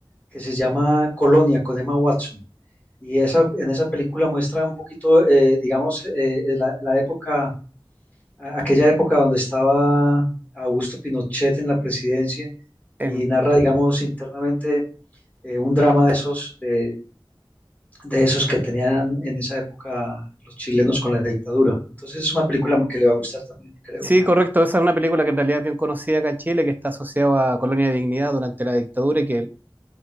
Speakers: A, on the left (about 15°); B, on the right (about 20°).
A: que se llama Colonia, con Emma Watson. Y esa, en esa película muestra un poquito, eh, digamos, eh, eh, la, la época, a- aquella época donde estaba Augusto Pinochet en la presidencia
B: Em,
A: y narra, digamos, internamente eh, un drama de esos, de, de esos que tenían en esa época los chilenos con la dictadura. Entonces es una película que le va a gustar también, creo
B: sí,
A: yo.
B: correcto, esa es una película que en realidad es bien conocida acá en Chile, que está asociada a Colonia de Dignidad durante la dictadura y que